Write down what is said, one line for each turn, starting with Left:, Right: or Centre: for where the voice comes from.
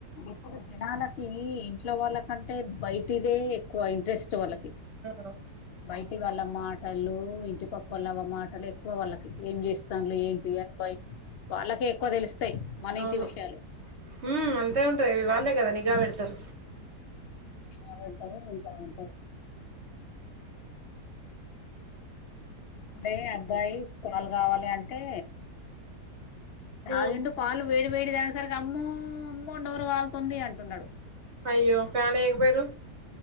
Left: ఇప్పుడు జనాలకి ఇంట్లో వాళ్ళకంటే బయటి దే ఎక్కువ ఇంట్రెస్ట్ వాళ్ళకి
Right: ఆ
Left: బయ్ ఇంటి వాళ్ళ మాటలు ఇంటి పక్క వాళ్ళ మాటలు ఎక్కువ వాళ్ళకి ఏం చేస్తాన్లు ఏంటివి? అని బయ్ వాళ్ళకే ఎక్కువ తెలుస్తాయి. మన ఇంటి
Right: అవును
Left: విషయాలు
Right: ఉమ్ అంతే ఉంటది వాళ్ళే కదా నిఘా వెడతరు.
Left: నిఘా వెడతరు ఇంట ఉంటారు. ఇప్పుడే అబ్బాయి పాలు కావాలి అంటే తాగిండు
Right: ఉమ్
Left: పాలు వేడి వేడి దాగసరిక్ అమ్మో అమ్మో నీరు కాలు కొంది అటుండు ఆడు.
Right: అయ్యో ఫ్యాన్ ఎయకపోయిర్రు.